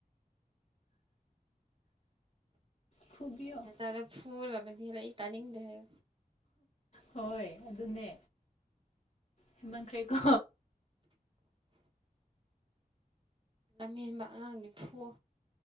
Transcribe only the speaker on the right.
ꯅꯅ ꯆꯒ ꯐꯨꯜ ꯐꯂ ꯏꯇꯅꯤ ꯍꯥꯏ
ꯂꯝꯍꯦꯟꯕ ꯑꯉꯥꯡꯗꯤ ꯐꯨꯋꯣ